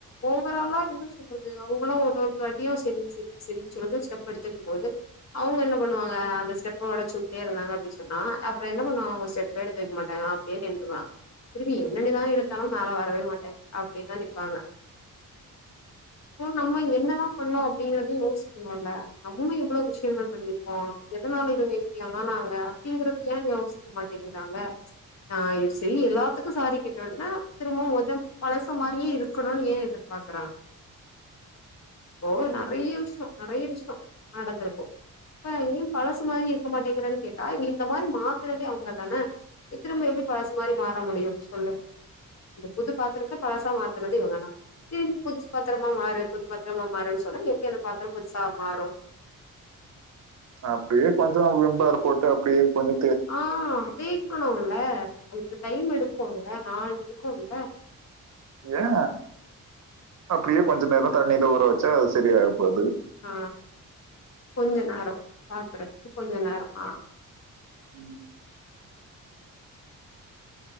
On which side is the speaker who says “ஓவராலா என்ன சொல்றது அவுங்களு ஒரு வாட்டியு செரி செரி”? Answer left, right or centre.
Left